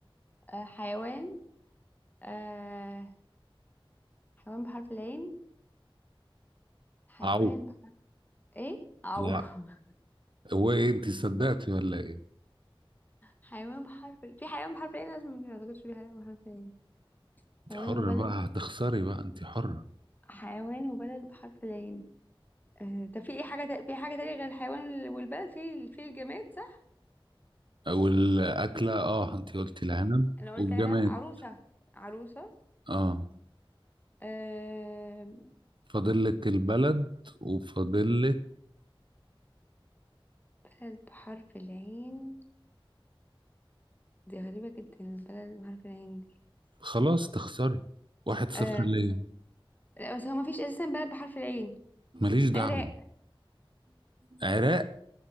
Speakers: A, on the left; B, on the right.
A: آه، حيوان آه، حيوان بحرف العين حيوان
B: عو
A: بحرف ايه او
B: لا
A: <laughs>
B: هو ايه انت صدقتي ولا ايه
A: حيوان بحرف ال- في حيوان بحرف العين لازم ما اعتقدش في حيوان بحرف العين
B: انت
A: حيوان
B: حرة
A: وبلد
B: بقى هتخسري بقى انت حرة
A: حيوان وبلد بحرف العين آه، طب في ايه حاجة تا- في حاجة تانية غير الحيوان وال- والبلد في في الجماد صح؟
B: والأكلة اه انت قلتي العنب
A: انا قلت
B: والجماد
A: انا عروسة عروسة
B: اه
A: أه
B: فاضل لك البلد وفاضل لك
A: بلد بحرف العين دي غريبة جدا البلد بحرف العين دي
B: خلاص تخسري واحد صفر
A: أه
B: ليا
A: لا، بس هو مفيش اساسا بلد بحرف العين
B: ماليش دعوة
A: عراق
B: عراق